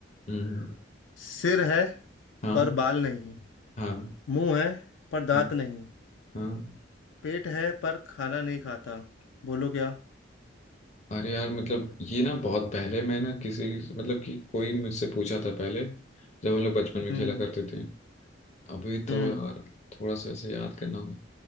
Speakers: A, on the left; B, on the left.
A: हम्म हम्म।
B: सिर है
A: हाँ
B: पर बाल नहीं
A: हाँ
B: मुंह है पर दांत
A: हाँ
B: नहीं
A: हाँ
B: पेट है पर खाना नहीं खाता बोलो क्या
A: अरे यार मतलब ये ना बहुत पहले मैं ना किसी मतलब कि कोई मुझसे पूछा था पहले जब हम लोग बचपन में
B: हम्म
A: खेला करते थे अभी तो
B: हम्म
A: यार थोड़ा सा ऐसे याद करना होगा